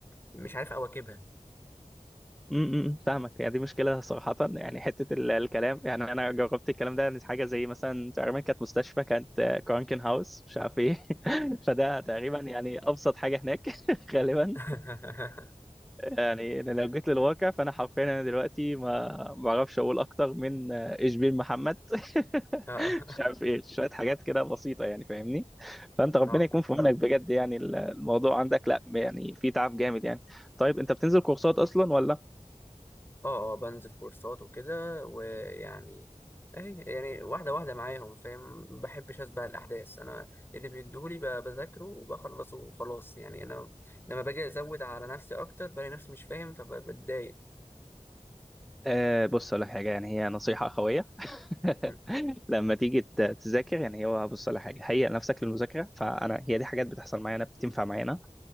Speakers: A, on the left; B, in the centre.
A: مش عارف أواكبها
B: امم فاهمك يعني دي مشكلة صراحة يعني حتة ال- الكلام يعني أنا جربت الكلام ده إن حاجة زي مثلا تقريبا كانت مستشفى كانت آه، كرانكن هاوس مش عارف إيه <laughs> فده تقريبا يعني أبسط حاجة هناك <laughs> غالبا
A: <laughs>
B: يعني أنا لو جيت للواقع فأنا حرفيا أنا دلوقتي ما ما بعرفش أقول أكتر من آه، إيش بين محمد <laughs>
A: اه
B: مش عارف إيه شوية حاجات كده بسيطة يعني فاهمني فأنت ربنا
A: اه
B: يكون
A: فاهم.
B: في عونك بجد يعني ال- الموضوع عندك لا يعني في تعب جامد يعني طيب أنت بتنزل كورسات أصلا ولا
A: اه آه، بنزل كورسات وكده ويعني اهي يعني واحدة واحدة معاهم فاهم ما بحبش اسبق الأحداث أنا اللي بيديهولي ب- بذاكره وبخلصه وخلاص يعني أنا لما باجي أزود على نفسي أكتر بلاقي نفسي مش فاهم فبتضايق
B: أه بص على حاجة يعني هي نصيحة أخوية <laughs>
A: م-
B: لما تيجي ت- تذاكر يعني هو بص على حاجة هيئ نفسك للمذاكرة فأنا هي دي حاجات بتحصل معانا بتنفع معانا